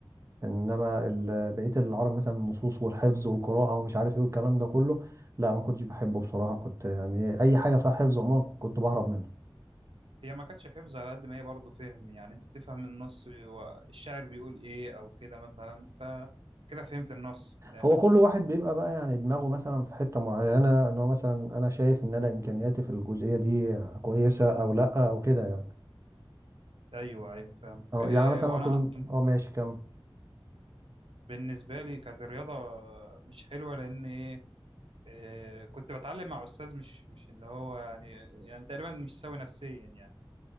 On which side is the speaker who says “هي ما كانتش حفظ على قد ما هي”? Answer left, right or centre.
Right